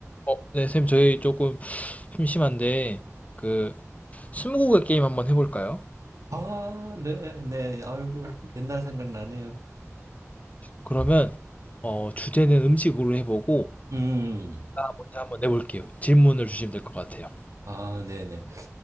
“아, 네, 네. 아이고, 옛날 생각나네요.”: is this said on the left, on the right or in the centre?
Right